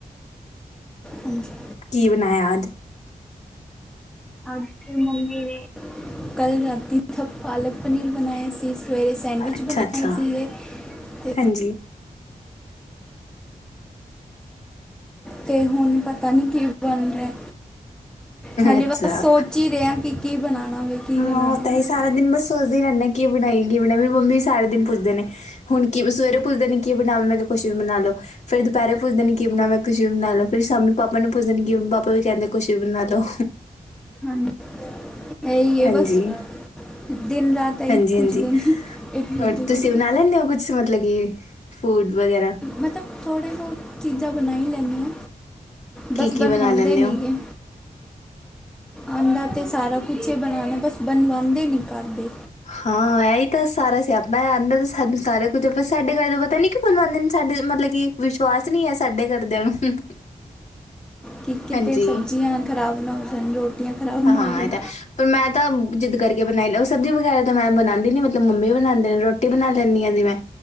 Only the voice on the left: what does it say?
ਕੀ ਬਣਾਇਆ ਅੱਜ?
ਅੱਛਾ
ਅੱਛਾ
ਹਾਂਜੀ
ਅੱਛਾ
ਹਾਂ
ਉਹ
ਤਾਂ ਇਹ ਸਾਰਾ ਦਿਨ ਬਸ ਸੋਚਦੇ ਈ ਰਹਿੰਦੇ ਕਿ ਇਹ ਬਣਾਈਏ ਕੀ ਬਣਾਈ ਮੇਰੀ ਮੰਮੀ ਵੀ ਸਾਰਾ ਦਿਨ ਪੁੱਛਦੇ ਨੇ। ਹੁਣ ਕੀ ਸਵੇਰੇ ਪੁੱੱਛਦੇ ਨੇ ਕੀ ਬਣਾ ਮੈਂ ਕਿਹਾ ਕੁਛ ਵੀ ਬਣਾ ਲੋ। ਫੇਰ ਦੁਪਹਿਰੇ ਪੁੱਛਦੇ ਨੇ ਕੀ ਬਣਾਵਾ ਮੈਂ ਖੁਸ਼ੀ ਬਣਾ ਦੋ ਫਿਰ ਸ਼ਾਮੀ ਪਾਪਾ ਨੂੰ ਪੁੱਛਦੇ ਨੇ ਕਿ ਪਾਪਾ ਵੀ ਕਹਿੰਦੇ ਖੁਸ਼ੀ ਬਣਾ ਦੋ।
ਹਾਂਜੀ
ਹਾਂਜੀ
ਹਾਂਜੀ
ਔਰ ਤੁਸੀਂ
ਬਣਾ ਲੈਂਦੇ ਹੋ ਕੁਛ ਮਤਲਬ ਕਿ, ਫੂਡ ਵਗੈਰਾ।
ਕੀ
ਕੀ
ਬਣਾ ਲੈਂਦੇ
ਹੋ
ਹਾਂ ਇਹੀ ਤਾਂ ਸਾਰਾ ਸਿਆਪਾ ਆਂਦਾ ਤੇ ਸਾਨੂੰ ਸਾਰਾ ਕੁਝ ਸਾਡੇ ਘਰ ਤੋਂ ਪਤਾ ਨੀ ਕੀ ਬਨਾਦੇ ਨੇ ਸਾਡੇ ਮਤਲਬ ਕੀ ਵਿਸ਼ਵਾਸ ਨੀ ਐ ਸਾਡੇ ਘਰ ਦਿਆਂ ਨੂੰ।
ਹਾਂਜੀ
ਹਾਂ
ਇਹ ਤਾਂ ਪਰ ਮੈਂ ਤਾਂ ਜਿੱਦ ਕਰਕੇ ਬਣਾਈ ਲਊ ਸਬਜ਼ੀ ਵਗੈਰਾ ਤਾਂ ਮੈਂ ਬਣਾਂਦੀ ਨੀ ਮਤ ਮੰਮੀ ਬਣਾਂਦੇ ਨੇ ਰੋਟੀ ਬਣਾ ਲੈਨੀਂ ਆ ਜੀ ਮੈਂ